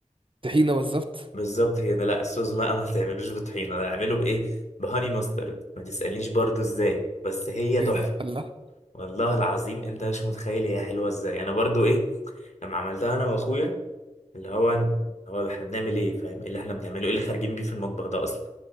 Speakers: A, on the right; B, on the left.
A: طحينة بالظبط
B: بالظبط كده لا الصوص بقى ما تعملوش بطحينة اعمله بايه بهاني ماسترد ما تسألنيش برضو ازاي بس هي
A: ايه
B: تحفة
A: ده الله
B: والله العظيم انت مش متخيل هي حلوه ازاي انا برضو ايه لما عملتها انا واخويا اللي هو اللي هو احنا بنعمل ايه فاهم ايه اللي احنا بنعمله ايه اللي خارجين بيه في المطبخ ده اصلا